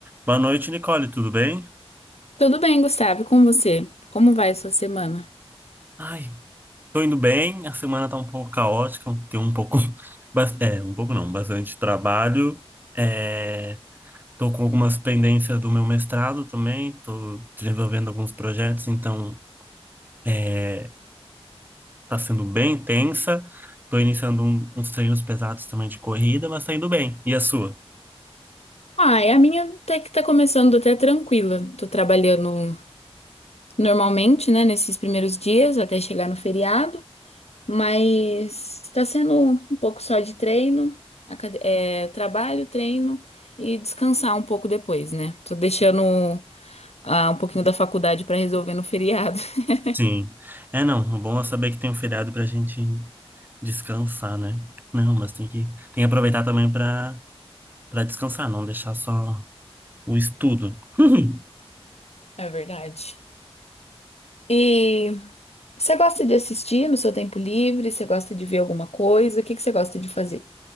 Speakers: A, on the right; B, on the left.
A: Boa noite, Nicole, tudo bem?
B: Tudo bem, Gustavo, e com você? Como vai a sua semana?
A: Ai, tô indo bem, a semana tá um pouco caótica, tem um pouco, <laughs> bas- é, um pouco não, bastante trabalho, é, tô com algumas pendências do meu mestrado também, tô desenvolvendo alguns projetos, então é, tá sendo bem intensa, tô iniciando um- uns treinos pesados também de corrida, mas tá indo bem, e a sua?
B: Ah, é a minha até que tá começando até tranquila. Tô trabalhando normalmente, né, nesses primeiros dias até chegar no feriado, mas tá sendo um pouco só de treino, acad- é, trabalho, treino e descansar um pouco depois, né? Tô deixando ah, um pouquinho da faculdade pra resolver no feriado. <laughs>
A: Sim, é não, o bom é saber que tem um feriado pra gente descansar, né? Não, mas tem que, tem que aproveitar também pra para descansar, não deixar só o estudo. <laughs>
B: É verdade. E Você gosta de assistir no seu tempo livre? Você gosta de ver alguma coisa? O que que você gosta de fazer?